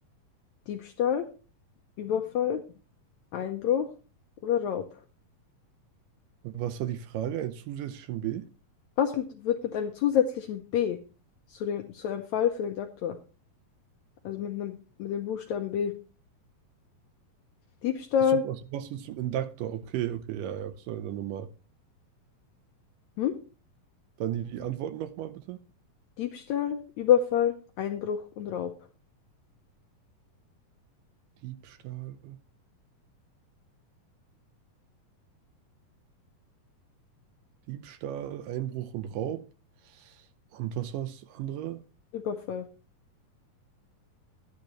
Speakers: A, on the left; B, on the right.
A: Diebstahl, Überfall, Einbruch oder Raub?
B: Was war die Frage? Ein zusätzlichen B?
A: Was mit, wird mit einem zusätzlichen B zu, den, zu einem Fall für den Doktor? Also mit einem, mit dem Buchstaben B. Diebstahl,
B: Achso, was, was willst du zum Induktor? Okay, okay, ja, ja, sorry, dann nochmal.
A: hm?
B: Dann die Antworten nochmal bitte.
A: Diebstahl, Überfall, Einbruch und Raub.
B: Diebstahl, Diebstahl, Einbruch und Raub. Und was war das andere?
A: Überfall.